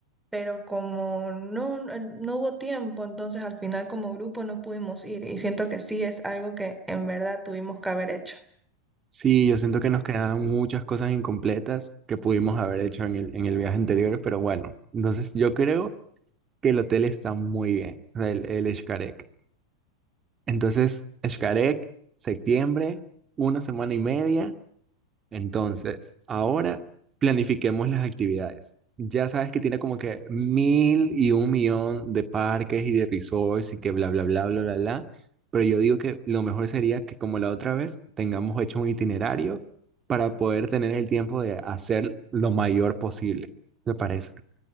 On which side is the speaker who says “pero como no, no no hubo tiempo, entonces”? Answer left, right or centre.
Centre